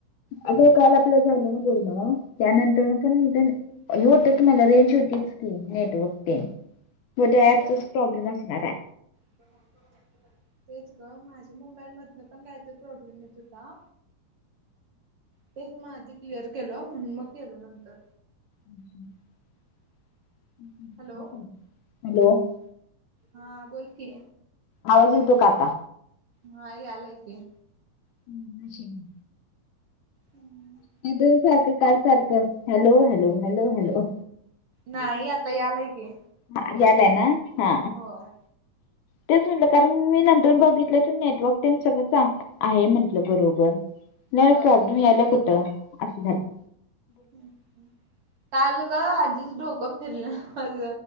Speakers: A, on the left; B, on the right.
A: अग, काल आपलं झालं ना बोलण, त्यानंतर न पण मी पण हे होत की, मला रेंज होतीच की, नेटवर्क तेनं, म ते अँप तेच प्रॉब्लेम असणार हाय
B: <unintelligible> ते ग माझ्या मोंबाईल मधन पण कायतरं प्रॉब्लेम येत होता. तेच म आधी क्लिअर केलं. म्हणून मग केलं नंतर
A: हु हु हूं हूं काय
B: हॅलो
A: चालंय, हॅलो
B: हा बोल की,
A: आवाज येतो का आता
B: हा यालाय की,
A: हूं <unintelligible>
B: हुम्म
A: त्या दिवस सारख, काल सारख, हॅलो, हॅलो, हॅलो, हॅलो
B: नाही. आता यालाय की,
A: हा, यालाय ना, हा
B: होय
A: तेच म्हणलं कारण मी नंतर यून बघितलं तर नेटवर्क तेन सगळं चांगल आहे म्हंटलं बरोबर. नाही
B: होय
A: मग प्रॉब्लेम
B: हाय
A: यायलाय कुठं? असं झालं
B: की. काल ग आधीच डोकं फिरलं माज